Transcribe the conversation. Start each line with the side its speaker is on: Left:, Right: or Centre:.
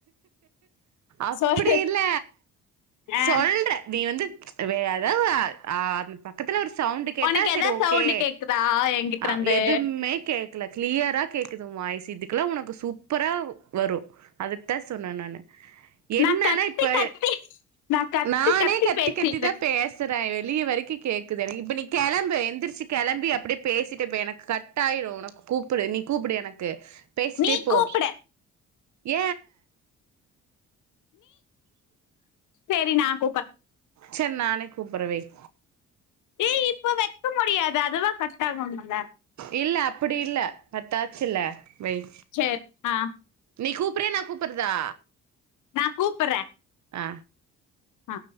Right: அப்டி
Left: சொல்லு
Right: இல்ல
Left: ஆ,
Right: சொல்ற நீ வந்து வே ஏதா ஆம் பக்கத்துல ஒரு சவுண்ட் கேட்டா
Left: உனக்கு
Right: சரி
Left: எதாவது
Right: ஓகே
Left: சவுண்ட் கேக்குதா என்கிட்ட
Right: ஆ
Left: இருந்து
Right: எதுவுமே கே கல கிளியரா கேக்குது உன் வாய்ஸ் இதுகலா உனக்கு சூப்பரா வரு அதுக்தா சொன்ன நானு என்னன்னா
Left: நான் கத்தி
Right: இப்ப
Left: கத்தி நான் கத்தி
Right: நானே கத்தி
Left: பேசிட்டு
Right: கத்தி தா
Left: இருக்கேன்
Right: பேச வெச்சிடுற வெளிய வரைக்கு கேக்குது எனக்கு இப்ப நீ கிளம்பு எந்திரிச்சி கிளம்பி அப்டியே பேசிட்டு போ எனக்கு கட் கட்டாயிரு உனக்கு கூப்புடு நீ கூப்புடு எனக்கு பேசிட்டே
Left: நீ
Right: போ
Left: கூப்பிட
Right: ஏ
Left: செரி நா கூப்ற
Right: சரி நானே கூப்பற வய்
Left: ஏ இப்போ வக்க முடியாது அதுவா கட் ஆகுனுல
Right: இல்ல அப்டி இல்ல பத்தாச்சில்ல வய்
Left: செர் ஆ
Right: நீ கூப்பிறியா நா கூப்பறதா
Left: நா கூப்பற
Right: அ
Left: ஆ